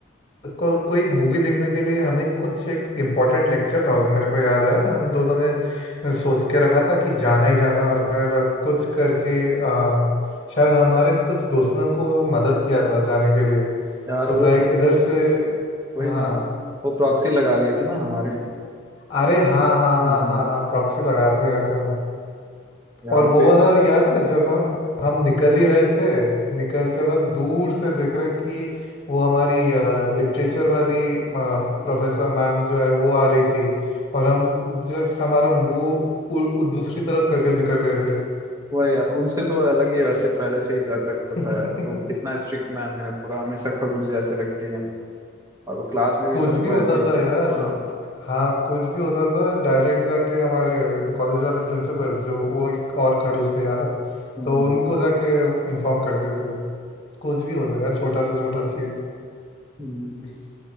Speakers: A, on the left; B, on the right.
A: को, कोई एक मूवी देखने के लिए हमने कुछ एक इम्पोर्टेंट लेक्चर था उस दिन मेरे को याद है हम दोनों ने सोच के रखा था कि जाना ही जाना है, और फिर कुछ करके आ, शायद हमारे कुछ दोस्तों ने हमको मदद किया था जाने के लिए
B: यार
A: तो
B: वो
A: लाइक
B: तो
A: इधर से
B: वही
A: हाँ
B: ना वो प्रॉक्सी लगा दिए थे ना हमारे
A: अरे हाँ हाँ
B: हाँ
A: हाँ हाँ हाँ प्रॉक्सी लगा रहे थे
B: यार
A: और वो
B: पे
A: वाला याद है जब हम हम निकल ही रहे थे निकलते वक्त दूर से देख रहे हैं कि वो हमारी लिटरेचर वाली प्रोफेसर मैम जो है वो आ रही थी और हम जस्ट हमारा मुंह उ- उ- दूसरी तरफ करके निकल गए थे
B: वही यार उनसे तो अलग ही है वैसे पहले से ही डर लगता
A: <laughs>
B: था यार वो कितना स्ट्रिक्ट मैन है पूरा हमेशा खड़ूस जैसे लगती है और वो क्लास में भी
A: कुछ
B: सबको
A: भी होता
B: ऐसी
A: था यार
B: हाँ
A: हाँ कुछ भी होता था डायरेक्ट जाके हमारे कॉलेज वाले प्रिंसिपल जो वो एक और खड़ूस थे याद है
B: हम्म,
A: तो उनको जाके इन्फॉर्म कर देते कुछ भी हो जाए यार छोटा से छोटा चीज
B: हम्म।
A: कभी